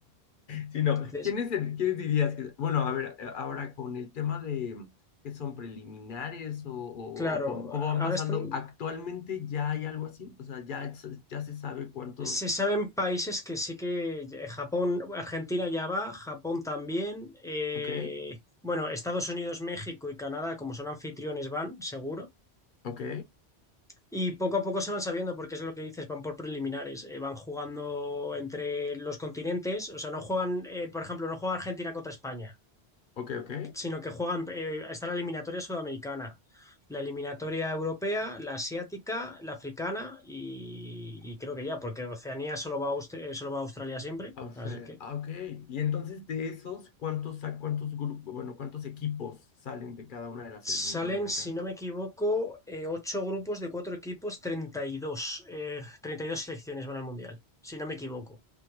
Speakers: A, on the left; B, in the centre.
A: Sino,
B: Entonces,
A: ¿quiénes, el- quiénes dirías que, bueno, a ver, eh, ahora con el tema de que son preliminares o, o-
B: claro,
A: o cómo, cómo van
B: ahora
A: pasando,
B: están...
A: actualmente ya hay algo así, o sea, ya, se- ya se sabe cuántos,
B: Se saben países que sí que... Japón, Argentina ya va, Japón también. eh,
A: ok,
B: Bueno, Estados Unidos, México y Canadá, como son anfitriones, van, seguro.
A: ok,
B: Y poco a poco se van sabiendo, porque es lo que dices, van por preliminares, eh, van jugando entre los continentes, o sea, no juegan, eh, por ejemplo, no juega Argentina contra España,
A: ok, ok.
B: sino que juegan, eh, está la eliminatoria sudamericana, la eliminatoria europea, la asiática, la africana y, y creo que ya, porque Oceanía solo va a, Aust- eh, solo va a Australia siempre,
A: O
B: así
A: sea,
B: que
A: ah, ok. Y entonces de esos, ¿cuántos, sa- cuántos grupos, bueno, cuántos equipos salen de cada una de las
B: salen,
A: eliminatorias? Bueno, de
B: si
A: cada.
B: no me equivoco, eh, ocho grupos de cuatro equipos, 32, eh, 32 selecciones van al Mundial, si no me equivoco.